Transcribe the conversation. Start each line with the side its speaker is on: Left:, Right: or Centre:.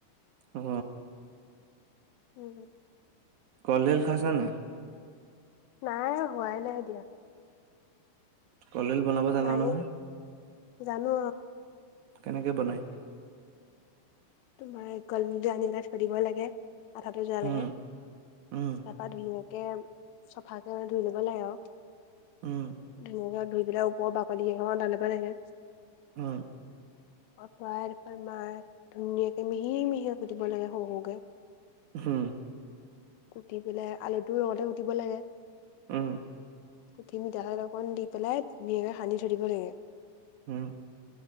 Right: অ,
Left: হম, হম,
Right: কলডিল খাইছানে নাই?
Left: নাই হোৱাই, নাই দিয়া।
Right: কলডিল বনাব জানা
Left: নাইয়ে
Right: নহয়।
Left: জানো।
Right: কেনেকৈ, বনায়?
Left: তোমাৰ কলডিলটো আনি পেলাই থৈ দিব লাগে, আঠাতে যোৱাব
Right: উম
Left: ল'কে,
Right: উম
Left: তাৰ তা, ধুনীয়াকে চফা কৰি ধুই লব লাগে আৰু।
Right: উম,
Left: ধুনীয়াকা ধুই পেলাই, ওপৰৰ বাকলি কেইখন উলবা লাগে।
Right: উম,
Left: <unintelligible> ধুনীয়াকে মিহি-মিহি কুটিব লাগে সৰু-সৰুকে।
Right: হম,
Left: কুটি পেলাই, আলুটো লগতে কুটিব লাগে।
Right: উম,
Left: কুটি মিঠাতেল অকণ দি পেলাই, ধুনীয়াকৈ সানি থৈ দিব লাগে।
Right: উম,